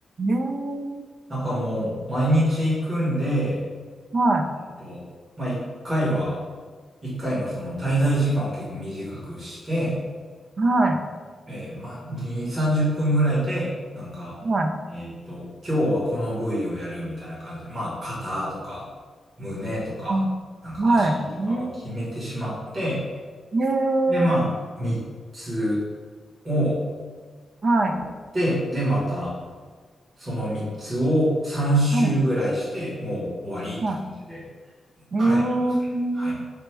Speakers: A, on the right; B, on the right.
A: ええ
B: なんかもう、毎日行くんで、
A: はい、
B: えっと、まあ、一回は、一回のその滞在時間を結構短くして、
A: はい、
B: えーまあ、2、30分ぐらいで、なんか、
A: はい、
B: えっと、今日はこの部位をやるみたいな感じで、まあ、肩とか、胸とか、
A: あ
B: なんか足とかを決めてしまって、
A: はい、ええええ
B: で、まあ、3つを
A: はい、
B: やって、で、また、その3つを3周ぐらいして、
A: はい、
B: もう終わりって感じで。
A: はい、ええ
B: はい、いきますね。はい。